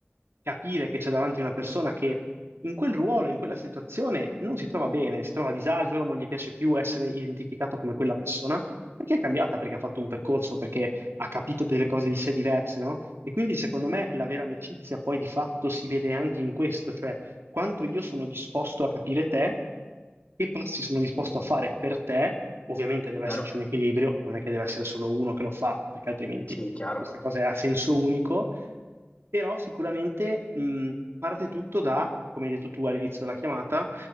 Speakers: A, on the right (about 80°); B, on the left (about 35°).
A: capire che c'è davanti una persona che in quel ruolo, in quella situazione non si trova bene, si trova a disagio, non gli piace più essere identificato come quella persona, perché è cambiata, perché ha fatto un percorso, perché ha capito delle cose di sé diverse, no? E quindi secondo me la vera amicizia poi di fatto si vede anche in questo, cioè quanto io sono disposto a capire te, che passi sono disposto a fare per te, ovviamente deve
B: Chiaro?
A: esserci un equilibrio, non è che deve essere solo uno che lo fa, perché altrimenti
B: Sì, chiaro.
A: questa cosa è a senso unico, però sicuramente mh, parte tutto da, come hai detto tu all'inizio della chiamata,